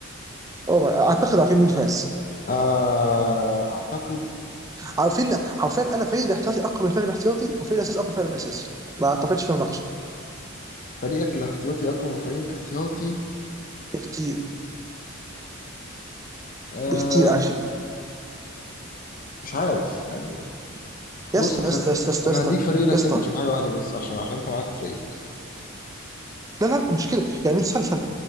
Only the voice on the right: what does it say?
او ماي اعتقد عارفين مين اللي فاز
عارفين عارفين انا فريق الاحتياطي اقوى من الفريق الاحتياطي وفريق الاساسي اقوى من الفريق الاساسي ما اعتقدش فيه مناقشه
بكتير
بكتير اكشلي
يا اسطى
يا اسطى يا اسطى يا
اسطى
يا اسطى
لا لا مش كده يعني استنى استنى